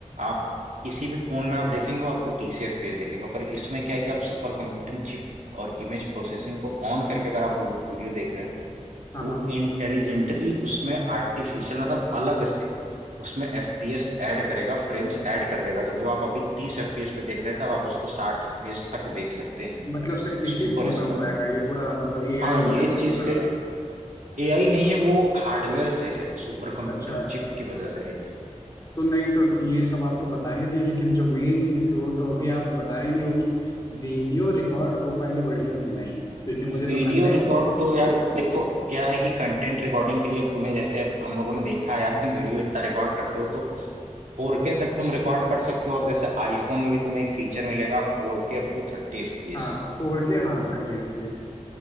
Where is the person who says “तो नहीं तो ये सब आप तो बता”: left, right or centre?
Left